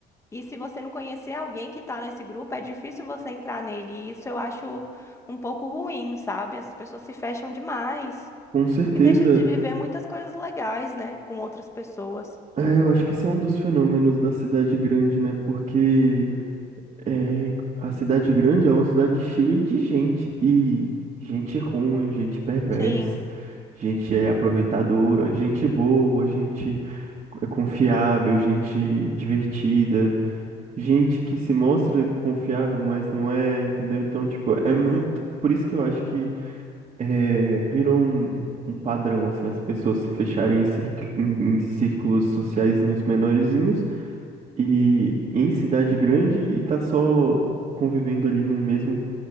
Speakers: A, on the left; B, on the right.
A: E se você não conhecer alguém que tá nesse grupo, é difícil você entrar nele. E isso eu acho um pouco ruim, sabe? As pessoas se fecham demais
B: com certeza.
A: e deixa de viver muitas coisas legais, né? Com outras pessoas.
B: É, eu acho que isso é um dos fenômenos da cidade grande, né? Porque é, a cidade grande é uma cidade cheia de gente. E gente ruim, gente perversa,
A: Sim.
B: gente é aproveitadora, gente boa, gente é confiável, gente divertida. gente que se mostra confiável, mas não é, entendeu? Então, tipo,
A: Uhum.
B: é muito. Por isso que eu acho que eh, virou um, um um padrão, assim, as pessoas se fecharem em, circ- em- em círculos sociaizinhos menorzinhos e em cidade grande e tá só convivendo ali no mesmo,